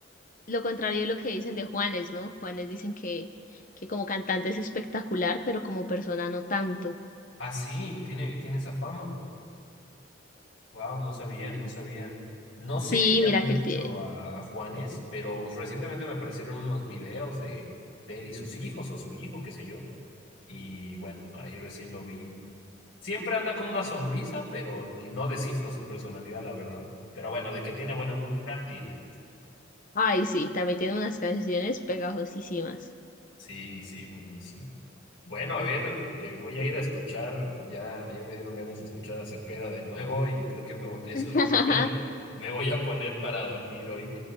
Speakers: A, on the left; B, on the left.
A: lo contrario de lo que dicen de Juanes, ¿no? Juanes dicen que, que como cantante es espectacular, pero como persona no tanto.
B: Ah, sí, tiene, tiene esa fama. Wow, no sabía, no
A: Pues,
B: sabía. No seguía
A: sí, mira
B: mucho
A: que él tiene...
B: a, a Juanes, pero recientemente me aparecieron unos videos de, de él y sus hijos o su hijo, qué sé yo. Y bueno, ahí recién lo vi. Siempre anda con una sonrisa, pero no descifro su personalidad, la verdad. Pero bueno, de que tiene buena música, tiene.
A: Ay, sí, también tiene unas canciones pegajosísimas.
B: Sí, sí, buenísimo. Bueno, a ver, eh, voy a ir a escuchar, ya, ya me dieron ganas de escuchar a Cepeda de nuevo y creo que me, vo- eso
A: <laughs>
B: es lo que voy a- <laughs> me voy a poner para dormir hoy.